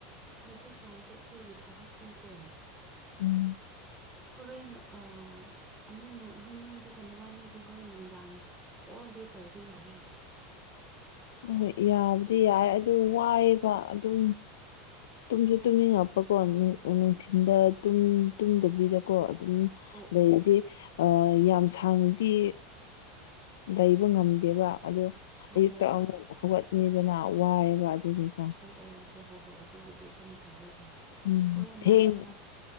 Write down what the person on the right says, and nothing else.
ꯑꯁ ꯍꯧꯖꯤꯛꯀꯥꯟꯁꯦ ꯑꯩꯈꯣꯏꯒꯤ ꯊꯕꯛꯁꯤꯅꯤꯀꯣ
ꯍꯣꯔꯦꯟꯣꯏ ꯅꯣꯏ ꯅꯣꯏꯗꯨ ꯀꯟꯅꯕꯥꯅꯤꯗꯤ ꯍꯣꯔꯦꯟ ꯅꯨꯡꯗꯥꯡ ꯍꯣꯜꯗꯤꯦ ꯇꯧꯕ ꯌꯥꯏꯌꯦ
ꯑꯣ
ꯑꯣ ꯑꯣ
ꯑꯣ ꯑꯣ ꯍꯣꯏ ꯍꯣꯏ ꯍꯣꯏ ꯑꯗꯨꯕꯨꯗꯤ ꯑꯗꯨꯝ ꯇꯧꯋꯦ ꯑꯃꯨꯛ
ꯍꯣꯔꯣꯏ ꯃꯔꯥꯛ
ꯃꯔꯥꯛ